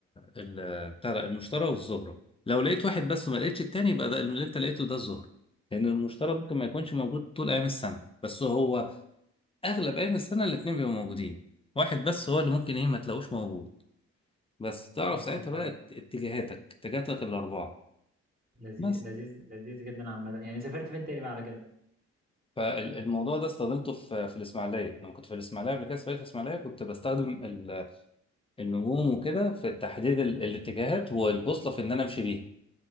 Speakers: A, on the left; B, on the right.
A: ال- بتاع ده، المشتري والزهرة لو لقيت واحد بس وما لقيتش التاني يبقى ده اللي انت لقيته ده الزهرة لأن المشتري ممكن ما يكونش موجود طول أيام السنة بس هو اغلب ايام السنه الاتنين بيبقوا موجودين واحد بس هو اللي ممكن ايه ما تلاقوش موجود بس تعرف
B: لذيذ
A: ساعتها بقى
B: اه
A: ات- اتجاهاتك اتجاهاتك الاربعه
B: لذيذ
A: بس
B: لذيذ لذيذ جدا عامه يعني سافرت فين تاني بقى على كده
A: فالموضوع ده استخدمته في في الاسماعيليه لما كنت في الاسماعيليه قبل كده في فريق الاسماعيليه كنت بستخدم ال- النجوم وكده في تحديد ال- الاتجاهات والبوصله في ان انا امشي بيها